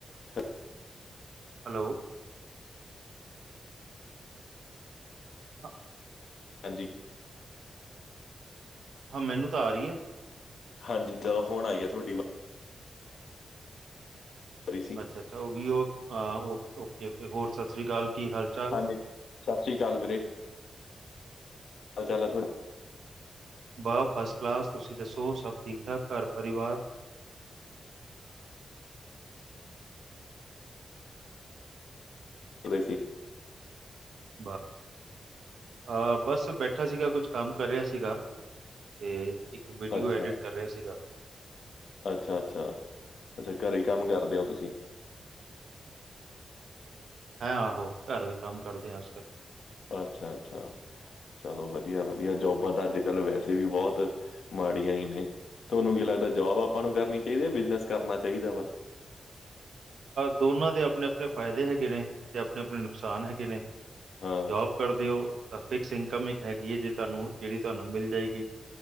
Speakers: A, on the left; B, on the right.
A: ਠ
B: ਹੈਲੋ ਹਾਂ
A: ਹਾਂਜੀ,
B: ਹਾਂ ਮੈਨੂੰ ਤਾਂ ਆ ਰਹੀ ਹੈ।
A: ਹਾਂਜੀ ਤਾਂ ਹੁਣ ਆਈਏ ਤੁਹਾਡੀ ਵ- ਘਰ ਈ ਸੀ।
B: ਅੱਛਾ- ਅੱਛਾ ਉਹ ਵੀ ਓ ਹਾ ਹੋਰ ਓਕੇ- ਓਕੇ ਔਰ ਸਤਿ ਸ੍ਰੀ ਅਕਾਲ ਕੀ ਹਾਲ। ਚਾਲ
A: ਹਾਂਜੀ ਸਤਿ ਸ਼੍ਰੀ ਅਕਾਲ ਵੀਰੇ। ਚਲ ਆ ਥੋੜਾ,
B: ਵਾ ਫਸਟ ਕਲਾਸ ਤੁਸੀਂ ਦੱਸੋ ਸਭ ਠੀਕ- ਠਾਕ ਘਰ- ਪਰਿਵਾਰ?
A: ਕਿਵੇਂ ਸੀ?
B: ਬਾ- ਅ ਬਸ ਬੈਠਾ ਸੀਗਾ ਕੁਛ ਕੰਮ ਕਰ ਰਿਹਾ ਸੀਗਾ, ਤੇ- ਇੱਕ ਵੀਡੀਓ
A: ਅੱਛਾ
B: ਐਡਿਟ ਕਰ ਰਿਹਾ ਸੀਗਾ।
A: ਅੱਛਾ- ਅੱਛਾ ਅੱਛਾ ਘਰੇ ਕੰਮ ਕਰਦੇ ਹੋ ਤੁਸੀਂ?
B: ਹੈਂ ਆਹੋ, ਘਰੋਂ ਹੀ ਕੰਮ ਕਰਦੇ ਹਾ ਅਜ ਕਲ।
A: ਅੱਛਾ- ਅੱਛਾ। ਚਲੋ ਵਧੀਆ- ਵਧੀਆ ਜੋਬਾਂ ਤਾਂ ਅੱਜ ਕੱਲ ਵੈਸੇ ਵੀ ਬਹੁਤ ਮਾੜੀਆਂ ਹੀ ਨੇ। ਤੁਹਾਨੂੰ ਕੀ ਲੱਗਦਾ ਜੋਬ ਆਪਾਂ ਨੂੰ ਕਰਨੀ ਚਾਹੀਦੀ ਹੈ, ਯ ਬਿਜਨਸ ਕਰਨਾ ਚਾਹੀਦਾ ਵਾ।
B: ਦੋਨਾਂ ਦੇ ਆਪਣੇ- ਆਪਣੇ ਫਾਇਦੇ ਹੈਗੇ ਨੇ, ਤੇ ਆਪਣੇ- ਆਪਣੇ ਨੁਕਸਾਨ ਹੈਗੇ ਨੇ,
A: ਹਾਂ
B: ਜੋਬ। ਕਰਦੇ ਓ, ਤਾਂ ਫਿਕਸ ਇਨਕਮ ਇੱਕ ਹੈਗੀ ਹੈ ਜੇ ਤੁਹਾਨੂੰ, ਜਿਹੜੀ ਤੁਹਾਨੂੰ ਮਿਲ ਜਾਏਗੀ।